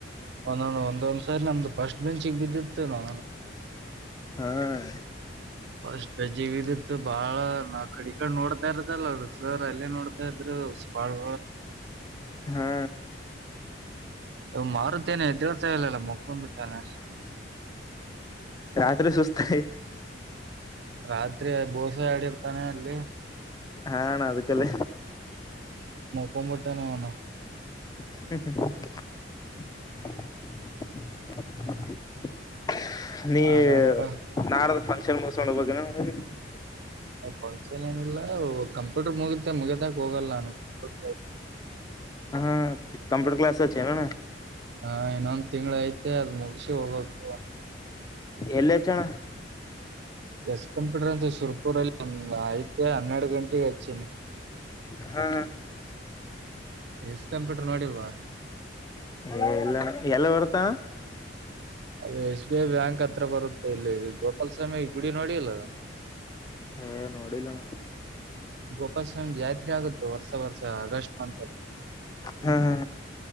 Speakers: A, on the right; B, on the left.
A: ಒಂದೊ ಒಂದೊಂದ್ ಸಾರಿ ನಮ್ದು ಫಸ್ಟ್ ಬೆಂಚಿಗೆ ಬಿದ್ದಿತ್ತುನು.
B: ಹ್ಮ್.
A: ಷ್ಟಜ್ಜೀವಿದತ್ ಬಾಳ ನಾಕಡಿ. ಈಡೆ ನೋಡ್ತಾ ಇರದಲ್ಲಸರ್ ಅಲ್ಲೇ ನೋಡ್ತಾ ಇದ್ರುಪಾಳ್.
B: ಹಾ.
A: ಮಾರುತೇನೆ. ಈಲ್ಲಲ್ಲ ಮುಕ ಬಿಟ್ಟಾನೆ.
B: ರಾತ್ರಿ ಸುಸ್ತ
A: ರಾತ್ರಿ ಬೋಸೆ ಆಡಿರ್ತಾನೆ ಅಲ್ಲಿ.
B: ಆ ಅಣ್ಣ ಅದಕಲ್ಲ.
A: ಕಂಬಿಟ್ಟಾನ ಅವನು.
B: <unintelligible> ನೀ
A: ಆರಾಮಪ್ಪ
B: ನಾಡದ ಫಂಕ್ಷನ್ ಮುಸಕೊಂಡ ಬಗೆನು ಊರಿಗೆ.
A: ಫಂಕ್ಷನ್ ಏನಿಲ್ಲ ಕಂಪ್ಯೂಟರ್ ಮುಗತೆ ಮುಗತಕ್ ಹೋಗಲ್ಲ ನಾನ ಕಂಪ್ಯೂಟರ್ ಐತೆ.
B: ಹಾ ಕಂಪ್ಯೂಟರ್ ಕ್ಲಾಸ ಹಚಿನನ್ನ.
A: ಹಾ ಇನ್ನೊಂದ್ ತಿಂಗ್ಳ ಐತೆ ಅದ್ ಮುಗಸಿ ಹೋಗ್ಬೇಕು.
B: ಎಲ್ಲ ಚಣ.
A: ಎಸ್ ಕಂಪ್ಯೂಟರ್ ಅಂತ ಶುರ್ಪುರಲ್ಲಿ ಒಂದ್ ಐತೆ ಹನ್ನೆರಡು ಗಂಟೆಗೆ ಹಚ್ಚಿನಿ.
B: ಹಾ.
A: ಎಸ್ ಕಂಪ್ಯೂಟರ್ ನೋಡಿಲ್ವಾ.
B: ಇಲ್ಲಣ್ಣ ಎಲ್ ಬರುತ್ತಾನ.
A: ಅದು ಎಸ್ ಬಿ ಐ ಬ್ಯಾಂಕ್ ಹತ್ರ ಬರುತ್ತೆ ಇಲ್ಲಿ ಗೋಪಾಲಸ್ವಾಮಿ ಈ ಗುಡಿ ನೋಡಿಲ್ಲ.
B: ಏ ನೋಡಿಲಣ.
A: ಗೋಪಾಲಸ್ವಾಮಿ ಜಾತ್ರೆ ಆಗುತ್ತ ವರ್ಷ. ಆಗಸ್ಟ್ ಮಂತಲ್
B: ಹಾ ಹಾ